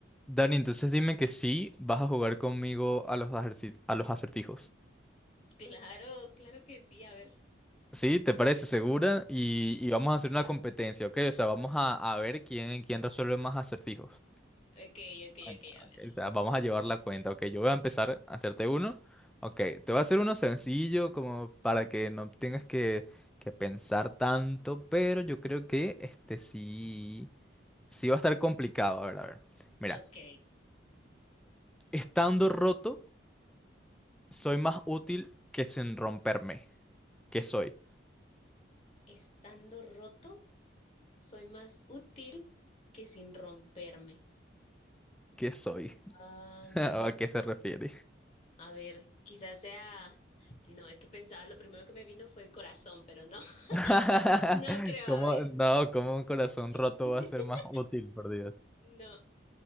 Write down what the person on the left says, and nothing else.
Claro, claro que sí, a ver.
Sí.
Ok, ok,
ok, a ver.
Ok.
Estando roto, soy más útil que sin romperme.
Am,
a ver, quizás sea... No, es que pensaba, lo primero que me vino fue el corazón, pero no. <laughs>
No creo,
a ver.
<laughs>
No.